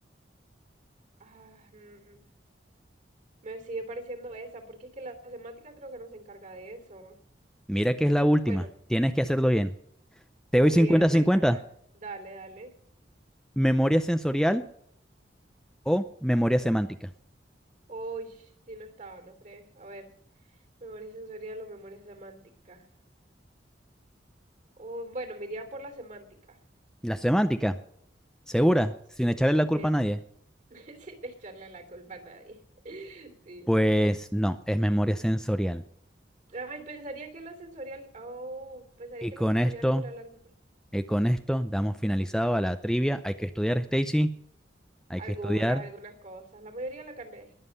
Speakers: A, on the right; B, in the centre.
A: Ah, mm, me sigue pareciendo esa, porque es que la semántica creo que no se encarga de eso.
B: Mira que es la última,
A: Bueno,
B: tienes que hacerlo bien. Te
A: ok,
B: doy cincuenta-cincuenta.
A: ahí vamos a descartar. Dale, dale.
B: memoria sensorial o memoria semántica.
A: Uy, si no estaba, no crees. A ver, memoria sensorial o memoria semántica. Oh, bueno, me iría por la semántica.
B: La semántica, segura,
A: Sí,
B: sin echarle la culpa
A: sí.
B: a nadie.
A: <laughs> Sin echarle la culpa a nadie. <laughs> Sí.
B: Pues no, es memoria sensorial.
A: Ay, pensaría que lo sensorial, oh, pensaría
B: Y
A: que
B: con
A: lo sensorial
B: esto,
A: dura largo. por-
B: y con esto damos finalizado a la trivia. Hay que estudiar, Stacy, hay
A: Algunas,
B: que estudiar,
A: algunas cosas. La mayoría la carne.